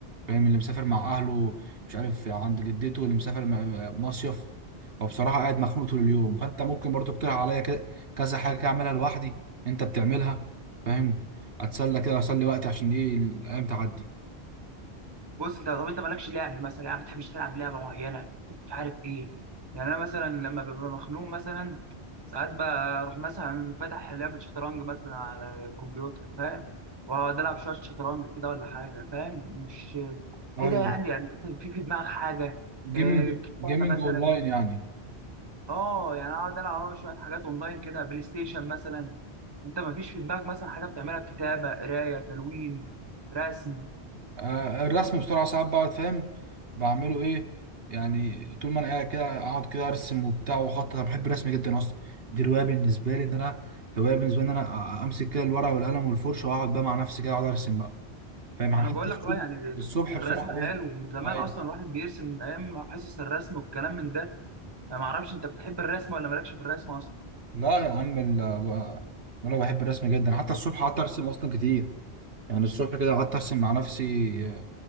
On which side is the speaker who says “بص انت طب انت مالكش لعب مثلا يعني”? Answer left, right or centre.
Right